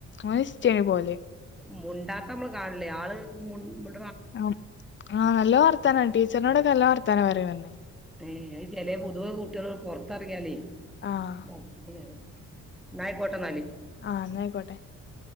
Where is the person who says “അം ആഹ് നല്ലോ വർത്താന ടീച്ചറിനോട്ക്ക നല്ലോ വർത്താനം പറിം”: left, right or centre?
Left